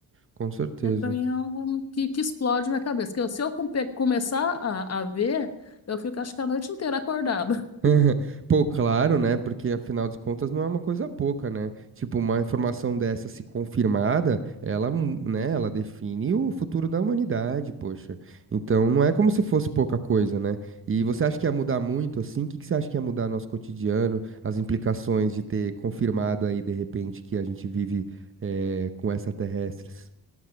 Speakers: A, on the right; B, on the left.
A: Com certeza.
B: É, para mim é algo que, que explode minha cabeça. Que eu- se eu compe- começar a, a ver, eu fico acho que a noite inteira acordada. <laughs>
A: <laughs> Pô, claro, né? Porque afinal de contas não é uma coisa pouca, né? Tipo, uma informação dessa se confirmada, ela, mu- né, ela define o futuro da humanidade, poxa. Então não é como se fosse pouca coisa, né? E você acha que ia mudar muito assim? O que que você acha que ia mudar no nosso cotidiano? As implicações de ter confirmado aí de repente que a gente vive eh, com extraterrestres?